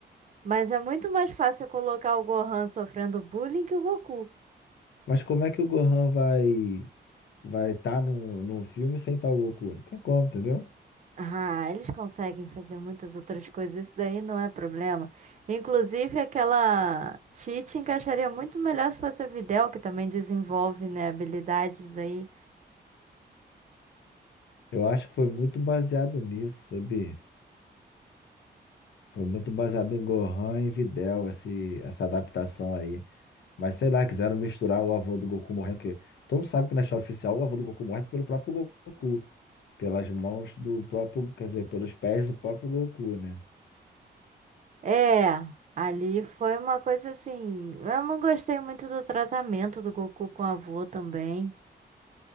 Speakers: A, on the right (about 45°); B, on the left (about 85°).
A: Mas é muito mais fácil colocar o Gohan sofrendo bullying que o Goku.
B: Mas como é que o Gohan vai vai estar no, no filme sem estar o Goku? Não tem como, entendeu?
A: Ah, eles conseguem fazer muitas outras coisas, isso daí não é problema. Inclusive, aquela Tite encaixaria muito melhor se fosse a Videl, que também desenvolve, né, habilidades aí.
B: Eu acho que foi muito baseado nisso, sabia? Foi muito baseado em Gohan e Videl, esse, essa adaptação aí. Mas sei lá, quiseram misturar o avô do Goku morrendo, porque todo mundo sabe que na história oficial o avô do Goku morre pelo próprio Goku, pelas mãos do próprio, quer dizer, pelos pés do próprio Goku, né?
A: É, ali foi uma coisa assim. Eu não gostei muito do tratamento do Goku com a avó também.